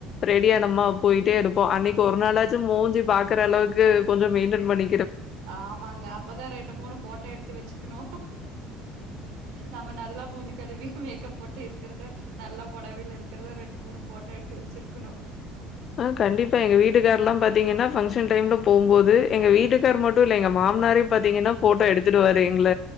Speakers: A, on the left; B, on the right.
A: ரெடியானமா போயிட்டே இருப் போ அன்னக்கு ஒரு நாளாச்சும் மூஞ்சு பாக்றளவுக்கு கொஞ்சோ மெயின்டென் பண்ணி
B: ஆமாங்க அப்பதா ரெண்டு மூணு போட்டோ எடுத்து வச்சுக்கணு நம்ம நல்லா மூஞ்சு கழுவி மேக்கப் போட்டு இருக்குறத நல்லா பொடவையில இருக்குறத ரெண்டு மூணு போட்டோ எடுத்து வச்சிருக்கனு
A: ஆ கண்டிப்பா எங்க வீட்டுக்கார்லாம் பாத்தீங்கனா பங்க்ஷன் டைம்ல போம்போது எங்க வீட்டுக்கார் மட்டுல்ல எங்க மாமனாரே பாத்தீங்கனா போட்டோ எடுத்துடுவாரு எங்கள